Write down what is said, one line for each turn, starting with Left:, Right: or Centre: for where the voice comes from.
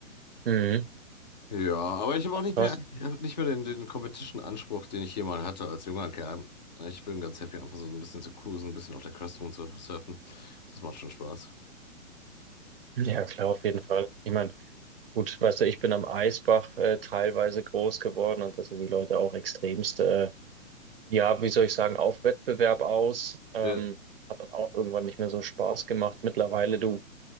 Right: Mhm.
Left: Ja, aber ich habe auch nicht
Right: Krass.
Left: mehr, ich hab nicht mehr den, den Competition-Anspruch, den ich hier mal hatte als junger Kerl. Ich bin ganz happy, einfach so ein bisschen zu cruisen, ein bisschen auf der Crest rumzusurfen. Das macht schon Spaß.
Right: Ja, klar, auf jeden Fall. Ich meine, gut, weißt du, ich bin am Eisbach äh, teilweise groß geworden und da sind die Leute auch extremst, äh, ja, wie soll ich sagen, auf Wettbewerb aus. Ähm,
Left: Ja,
Right: hat dann auch irgendwann nicht mehr so Spaß gemacht. Mittlerweile, du